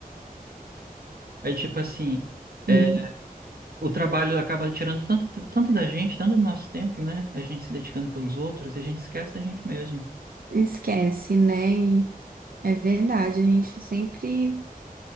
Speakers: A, on the right (about 85°); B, on the right (about 70°).
A: É tipo assim,
B: Uhum.
A: é, o trabalho acaba tirando tanto, tanto da gente, tanto do nosso tempo, né? A gente se dedicando pelos outros e a gente esquece da gente mesmo.
B: Esquece, né? E é verdade, a gente sempre